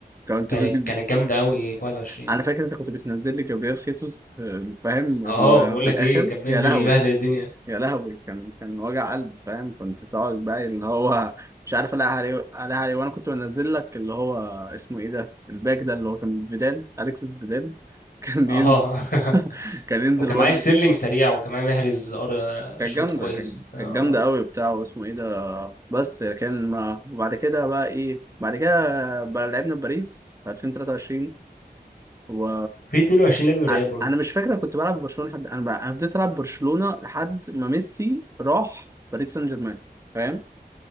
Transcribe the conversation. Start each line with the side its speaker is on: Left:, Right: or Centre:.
Right: كنت
Left: كانت
Right: بجد
Left: كانت جامدة قوي في 21
Right: انا فاكر انت كنت بتنزل لي جابريل خيسوس آه، فاهم ال-
Left: اه بقول
Right: في
Left: لك
Right: الاخر
Left: ايه كان بينزل
Right: يا لهوي
Left: يبهدل الدنيا
Right: يا لهوي كان كان وجع قلب فاهم كنت تقعد بقى اللي هو مش عارف الاقي عليه عليه عليه وانا كنت بنزل لك اللي هو اسمه ايه ده الباك ده اللي هو كان فيدال اليكسس فيدال <laughs> كان
Left: اه
Right: ينزل
Left: <laughs>
Right: كان ينزل
Left: وكان
Right: برضه
Left: معايا ستيرلينج سريع وكان معايا محرز أر-
Right: كانت
Left: شوط
Right: جامدة
Left: كويس
Right: كانت
Left: اه
Right: كانت جامدة قوي بتاع واسمه ايه ده بس كان ما وبعد كده بقى ايه بعد كده بقى لعبنا في باريس في 2023 و
Left: في 22 لعب ريال
Right: ع-
Left: برضه
Right: انا مش فاكر أنا كنت بلعب برشلونة حد انا بقى... انا بديت العب برشلونة لحد ما ميسي راح باريس سان جيرمان فاهم